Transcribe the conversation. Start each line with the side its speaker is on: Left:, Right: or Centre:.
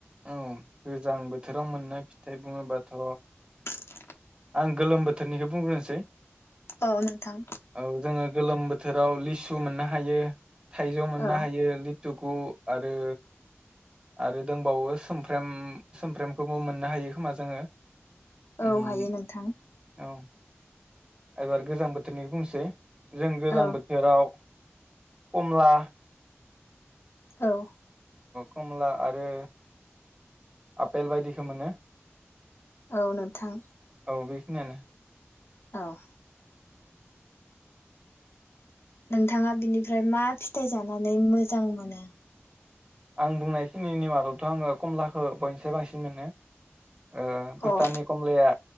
Right: औ गोजांबोथ थोराव मोननाय फिथाइ बुङोबाथ'
Left: <inaudible>
Right: आं गोलोम बोथोरनिखो बुंग्रोनोसै। <inaudible>
Left: औ नोंथां
Right: औ जोङो गोलोम बो थोराव लिसु मोननो हायो थाइजौ मोननो
Left: औ
Right: हायो लिथु गु आरो आरो दोंबावो सोमफ्रेम सोमफ्रेमखौबो मोननो हायो खोमा जोङो। उम
Left: औ हायो नोंथां
Right: औ एबार गोजां बोथोरनि बुंसै जों गोजां
Left: औ
Right: बोथोराव कमला
Left: औ
Right: कमला आरो आपेल बायदिखौ मोनो
Left: औ नोंथां
Right: औ बेखिनियानो।
Left: औ नोंथाङा बिनिफ्राय मा फिथाइ जानानै मोजां मोनो।
Right: आं बुंनायखिनि मादावथ' आङो कमलाखौ बयनिसाय बांसिन मोनो ओ भुटाननि
Left: अ
Right: कमलाया